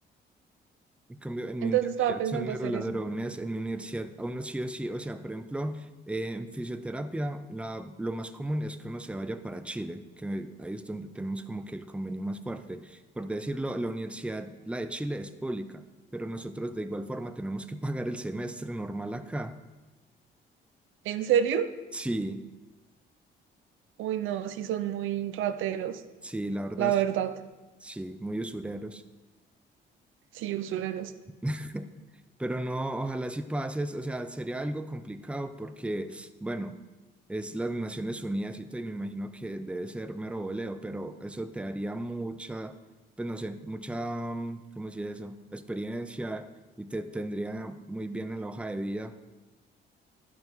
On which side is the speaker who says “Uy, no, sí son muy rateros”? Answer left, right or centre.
Right